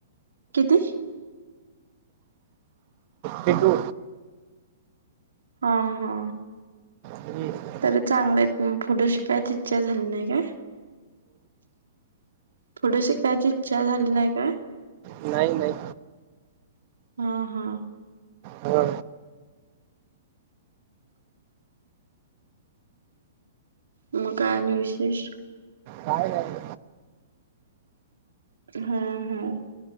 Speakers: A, on the right; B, on the right.
A: किती
B: तकू
A: हा हा
B: हम्
A: तर चांगलंय पुढं शिकायची इच्छा झाली नाही काय थोडीशी कायची इच्छा झाली नाही का
B: नाही नाही
A: हा हा
B: हा
A: म काय आणि विशेष
B: काय नाही
A: हा हा